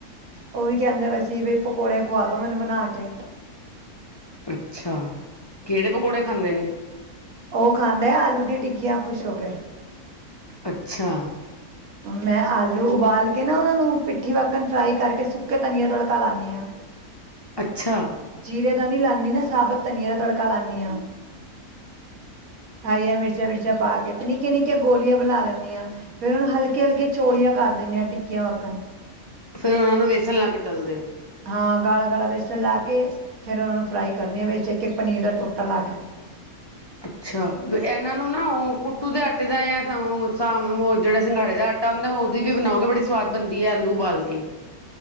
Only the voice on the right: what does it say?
ਉਹ ਵੀ ਕਹਿੰਦੇ ਪਏ ਸੀ ਬਈ ਪਕੌੜੇ ਖਵਾ ਦੋ ਮੈਨੂੰ ਬਣਾ ਕੇ।
ਓ ਖਾਂਦਾ ਆਲੂ ਦੀਆਂ ਟਿੱਕੀਆਂ ਖੁਸ਼ ਹੋ ਕੇ।
ਮੈਂ ਆਲੂ ਉਬਾਲ ਕੇ ਨਾ ਓਨਾਂ ਨੂੰ ਪਿੱਠੀ ਵੱਕਣ ਫਰਾਈ ਕਰਕੇ ਸੁੱਕੇ ਧਨੀਆ ਤੜਕਾ ਲਾਣੀ ਆ।
ਜੀਰੇ ਦਾ ਨੀ ਲਾਂਦੀ ਨਾ ਸਾਬਤ ਧਨੀਏ ਦਾ ਤੜਕਾ ਲਾਣੀ ਆ।
ਹਰੀਆਂ ਮਿਰਚਾ ਵਿਰਚਾਂ ਪਾ ਕੇ ਤੇ ਨਿੱਕੀਆਂ ਨਿੱੱਕੀਆਂ ਗੋਲੀਆਂ ਬਣਾ ਲੈਣੀ ਆ। ਫਿਰ ਉਹਨੂੰ ਹਲਕੇ ਹਲਕੇ ਚੋੜੀਆਂ ਕਰ ਦੀਨੀ ਆਂ ਟਿੱਕੀਆਂ ਪਕਣ
ਹਾਂ ਗਾੜਾ ਗਾੜਾ ਬੇਸਨ ਲਾ ਕੇ ਫਿਰ ਓਨਾਂ ਨੂੰ ਫਰਾਈ ਕਰਨੀ ਆ ਵਿੱਚ ਇੱਕ ਇੱਕ ਪਨੀਰ ਦਾ ਟੋਟਾ ਲਾ ਕੇ।